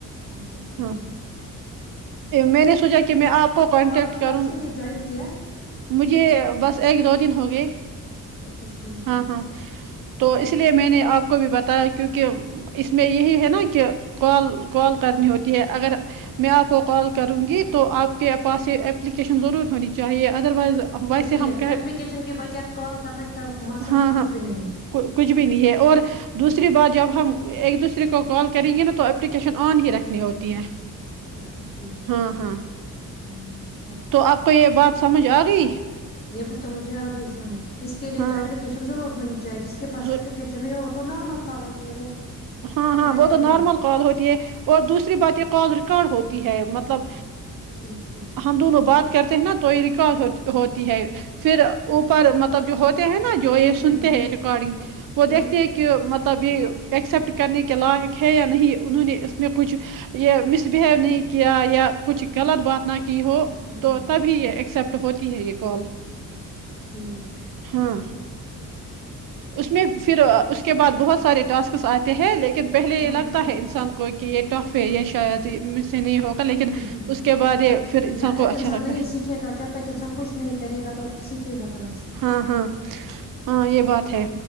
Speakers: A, on the left; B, on the right.
A: اچھا اچھا
B: ہاں
A: ٹھیک
B: میں نے سوچا کہ میں آپ کو کانٹیکٹ
A: آپ نے
B: کروں
A: کب سے یہ جوائن کیا
B: مجھے بس ایک دو دن ہو گئے
A: اچھا ٹھیک
B: ہاں ہاں تو اس لیے میں نے آپ کو بھی بتایا کیونکہ اس میں یہی ہے نا کہ کال کال کرنی ہوتی ہے اگر میں آپ کو کال کروں گی تو آپ کے پاس یہ اپلیکیشن ضرور ہونی چاہیے ادر وائز
A: اچھا
B: ویسے
A: ٹھیک
B: ہم کہ
A: اپلیکیشن کے بغیر کال کرنے کا مقصد
B: ہاں
A: کچھ
B: ہاں
A: بھی نہیں ہے
B: کچھ بھی نہیں ہے اور دوسری بات جب ہم ایک دوسرے کو کال کریں گے نا تو اپلیکیشن آن ہی رکھنی ہوتی ہے
A: اچھا ٹھیک
B: ہاں ہاں
A: ہوں
B: تو آپ کو یہ بات سمجھ آ گئی
A: یہ ب تو مجھے آگئی ہی سمجھ اس کے لیے
B: ہاں
A: تو اپلیکیشن ضرور ہونی چے جس کے پاس
B: ضرور
A: اپپلیکیشن ہے ہو نارمل کالو ت ہیے وہ
B: ہاں ہاں
A: فائدہ
B: وہ تو
A: نہیں
B: نارمل
A: ہے
B: کال ہوتی ہے اور دوسری بات یہ کال ریکارڈ ہوتی ہے مطلب
A: ٹھیک ٹھیک
B: ہم دونوں بات کرتے ہیں نا تو یہ ریکارڈ ہوتی ہے پھر اوپر مطلب جو ہوتے ہیں نا جو جو یہ
A: ہمم
B: سنتے
A: ہمم
B: ہیں ریکارڈنگ وہ
A: ٹھیک
B: دیکھتے ہیں کہ مطلب توب ایکسیپٹ کرنے کے لائق ہے یا نہیں انہوں نے اس میں کچھ یہ مس بہیو نہیں کیا یا کچھ غلط بات نہ کیا ہو
A: ہمم
B: تو
A: ہمم
B: تبھی یہ ایکسپٹ ہوتا تی ہےگ کال
A: ٹھیک
B: ہاں اس میں پھر اس کے بعد بہت سارے ٹاسک آتے ہیں لیکن پہلے یہ
A: ہاں
B: لگتا
A: ہاں ہاں
B: ہے انسان کو ایک کہ یہ ٹف ہے یہ شاید سے نہیں ہوگا لیکن
A: ہ ہوں
B: اس کے بعد یہ پھر
A: جب
B: کو
A: تک
B: اچھا
A: انسان
B: لگتا
A: نہیں
B: ہے
A: سیکھے گا جب تک انسان کچھ نہیں کرے گا تو سیکھے گا کہاں سے
B: ہاں ہاں ہاں یہ بات ہے